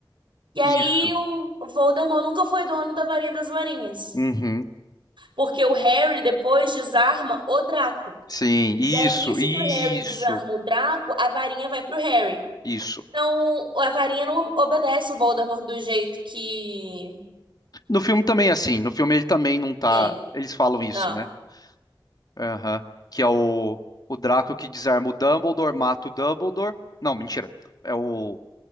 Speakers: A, on the right; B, on the left.
A: E aí
B: isso.
A: o Voldemort nunca foi dono da varinha das varinhas.
B: Uhum,
A: Porque o Harry depois desarma o Draco.
B: sim, isso,
A: E aí, nisso
B: isso,
A: que o Harry desarma o Draco, a varinha vai pro Harry.
B: isso.
A: Então, a varinha não obedece o Voldemort do jeito que
B: No filme também, é assim, no filme ele também não tá.
A: tem.
B: Eles falam isso,
A: Não.
B: né? Aham. Que é o, o Draco que desarma o Dumbledore, mata o Dumbledore. Não, mentira. É o,